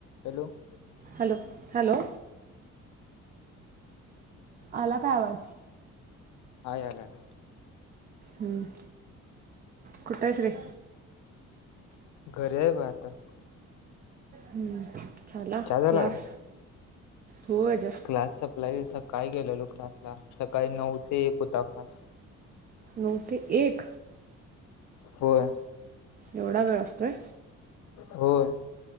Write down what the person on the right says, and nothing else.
Hello hello. आला का आवाज.
हम्म कुठं हायस रे.
हम्म झाला
क्लास.
हो अज
नऊ ते एक.
एवढा वेळ असतोय.